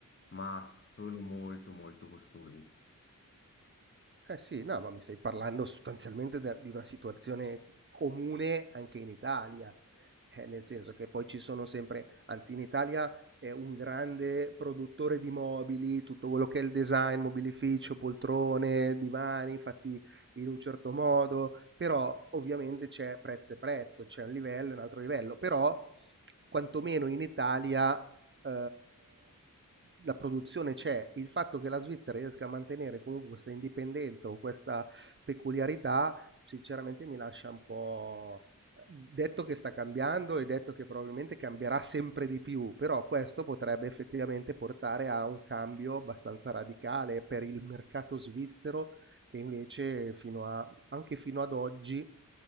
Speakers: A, on the left; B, on the right.
A: ma sono molto molto costosi.
B: Eh sì, no, ma mi stai parlando sostanzialmente de di una situazione comune anche in Italia, eh, nel senso che poi ci sono sempre, anzi in Italia è un grande produttore di mobili, tutto quello che è il design, mobilificio, poltrone, divani fatti in un certo modo, però ovviamente c'è prezzo e prezzo, c'è un livello e un altro livello, però quantomeno in Italia eh, la produzione c'è, il fatto che la Svizzera riesca a mantenere comunque questa indipendenza o questa peculiarità sinceramente mi lascia un po' detto che sta cambiando e detto che probabilmente cambierà sempre di più, però questo potrebbe effettivamente portare a un cambio abbastanza radicale per il mercato svizzero che invece fino a anche fino ad oggi